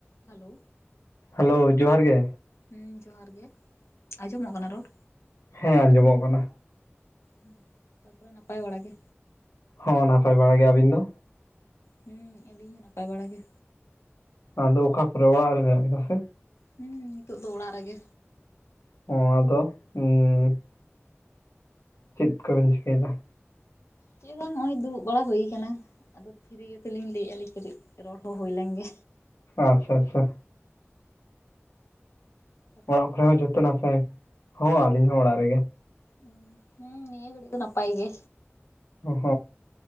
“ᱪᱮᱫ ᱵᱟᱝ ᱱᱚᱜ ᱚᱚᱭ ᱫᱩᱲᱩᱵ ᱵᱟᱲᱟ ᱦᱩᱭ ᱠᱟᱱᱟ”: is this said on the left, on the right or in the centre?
Left